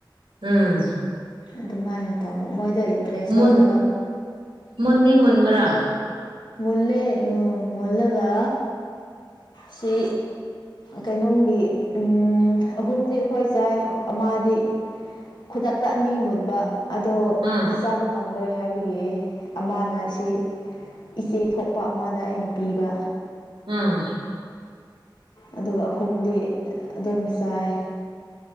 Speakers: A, on the right; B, on the left.
A: ꯎꯝ
B: ꯑꯗꯨꯃꯥꯏꯅ ꯇꯧꯋꯦ ꯃꯣꯏꯗ ꯏꯟꯇꯔꯦꯁ
A: ꯃꯨꯟ
B: ꯂꯧꯗꯕ
A: ꯃꯨꯟꯗꯤ ꯃꯨꯟꯕ꯭ꯔꯥ
B: ꯃꯨꯟꯂꯦ ꯎꯝ ꯃꯨꯟꯂꯒ ꯁꯤ ꯀꯩꯅꯣꯝꯗꯤ ꯎꯝ ꯑꯍꯨꯝꯗꯤ ꯑꯈꯣꯏ ꯆꯥꯏ ꯑꯃꯗꯤ ꯈꯨꯗꯛꯇ ꯑꯅꯤ ꯃꯨꯟꯕ ꯑꯗꯣ
A: ꯎꯝ
B: ꯆꯥꯕ ꯉꯝꯂꯣꯏ ꯍꯥꯏꯕꯒꯤ ꯑꯃꯅ ꯁꯤ ꯏꯆꯦ ꯊꯣꯛꯄ ꯑꯃꯗ ꯑꯩꯅ ꯄꯤꯕ
A: ꯎꯝ
B: ꯑꯗꯨꯒ ꯑꯍꯨꯝꯗꯤ ꯑꯗꯨꯝ ꯆꯥꯏ